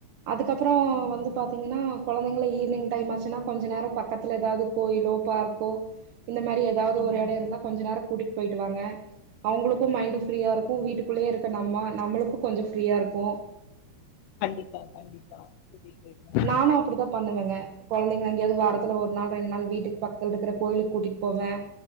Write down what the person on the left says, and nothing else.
ம்
ம்
ம்
கண்டிப்பா கண்டிப்பா கூட்டிட்டு போயிட்டு வாங்க